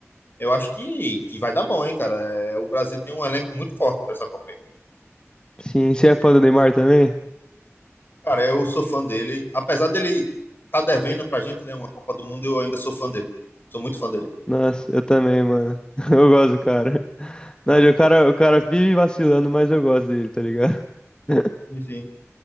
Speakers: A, on the left; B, on the left.
A: Eu acho que, que vai dar bom, hein, cara. É, O Brasil tem um elenco muito forte para essa Copa.
B: Sim, você é fã do Neymar também?
A: Cara, eu sou fã dele. Apesar dele tá devendo pra gente, né, uma Copa do Mundo, eu ainda sou fã dele. Sou muito fã dele.
B: Nossa, eu também, mano. <laughs> Eu gosto do cara. Não, o cara, o cara vive vacilando, mas eu gosto dele, tá ligado? <laughs>
A: Sim, sim.